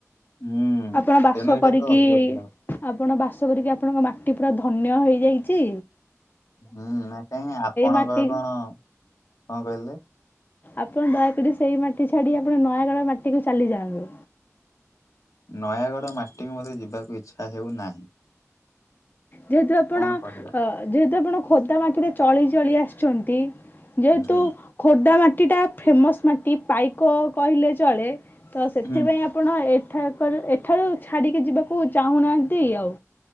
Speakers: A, on the left; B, on the left.
A: ହୁଁ
B: ଆପଣ ବାସ
A: ତେଣୁ ଏଇଟା
B: କରିକି
A: ତ ଅଧିକ ବୁଲା ହବ।
B: ଆପଣ ବାସ କରିକି ଆପଣଙ୍କ ମାଟି ପୁରା ଧନ୍ୟ ହେଇ ଯାଇଛି।
A: ହୁଁ ଏଟା ଆପଣଙ୍କର
B: ମାଟି
A: କଣ କଣ କହିଲେ।
B: ଆପଣ ଦୟାକରି ସେଇ ମାଟି ଛାଡି ଆପଣ ନୟାଗଳ ମାଟିକୁୁ ଚାଲି ଯାଆନ୍ତୁ।
A: ନୟାଗଡ଼ ମା କ ମୋତେ ଯିବାକୁ ଇଚ୍ଛା ହେଉନାହିଁ।
B: ଯେହେତୁ ଆପଣ
A: କଣ
B: ଅ
A: କରିବା
B: ଯେହେତୁ ଆପଣ ଖୋଦା ମାଟିରେ ଚଳି ଚଳି ଆସିଛନ୍ତି ଯେହେତୁ
A: ହୁଁ
B: ଖୋର୍ଦ୍ଧା ମାଟି ମାଟିଟା ଫେମସ୍ ମାଟି ପାଇକ କହିଲେ ଚଳେ ତ ସେଥିପାଇଁ
A: ହୁଁ
B: ଆପଣ ଏ ଏଠା ଏଠାରୁ ଛାଡ଼ିକି ଯିବାକୁ ଚାହୁଁନାହାନ୍ତି ଆଉ।